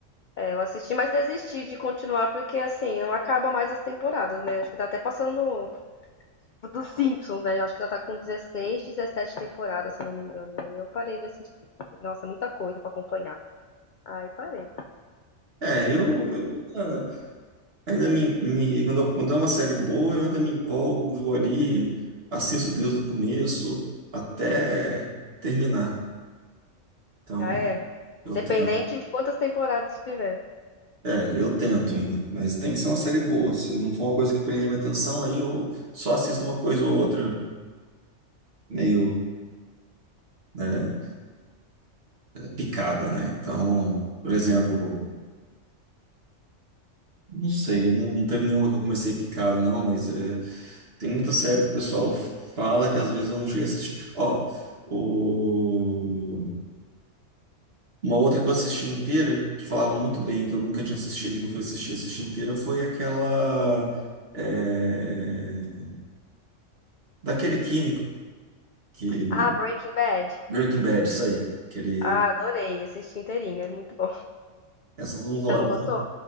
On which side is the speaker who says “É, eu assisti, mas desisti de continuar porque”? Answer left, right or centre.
Left